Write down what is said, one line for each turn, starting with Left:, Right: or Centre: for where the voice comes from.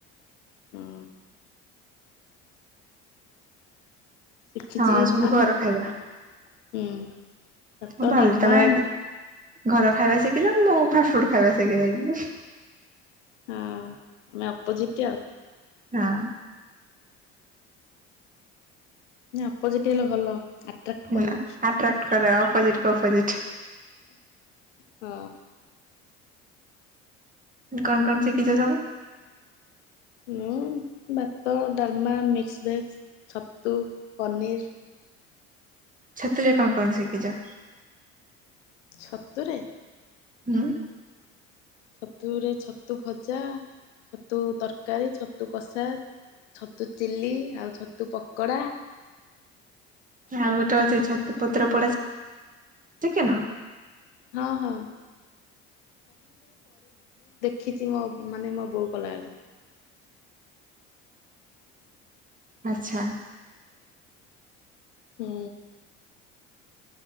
Left: ହୁଁ ଶିଖିଛି
Right: ହଁ ସବୁ
Left: ଭାତ
Right: ଘର ଖାଇବା
Left: ହୁଁ ଭାତ
Right: ହଁ ଭଲ
Left: ଡାଲମା।
Right: ତମେ ଘର ଖାଇବା ଶିଖିଛ ମୁ ଫାଷ୍ଟ ଫୁଡ ଖାଇବା ଶିଖେଇଦେବି।
Left: ହଁ ଆମେ ଅପୋଜିଟ୍ ଆଉ
Right: ହଁ
Left: ନା ଅପୋଜିଟ ହେଲେ ଭଲ। ଆଟ୍ରାକ୍ଟ କରିବ
Right: ନା ଆଟ୍ରାକ୍ଟ କରେ ଅପୋଜିିଟ କ ଅପୋଜିଟ।
Left: ହଁ।
Right: କଣ କଣ ଶିଖିଛ ସବୁ।
Left: ମୁଁ ଭାତ ଡାଲମା ମିକ୍ସ ଭେଜ ଛତୁ ପନିର୍
Right: ଛତୁରେ କଣ କଣ ଶିଖିଛ?
Left: ଛତୁରେ
Right: ହୁଁ।
Left: ଛତୁରେ ଛତୁ ଭଜା ଛତୁ ତରକାରୀ ଛତୁ କଷା ଛତୁ ଚିଲି ଆଉ ଛତୁ ପୋକଡା।
Right: ଆଉ ଗୋଟେ ଅଛି ଛତୁ ପତ୍ର ପଡା ଟିକେ ନା
Left: ହଁ ହଁ। ଖିଚି ମ ମାନେ ମ ବୋଉ କଲ ବେଳେ।
Right: ଆଚ୍ଛା।
Left: ହୁଁ।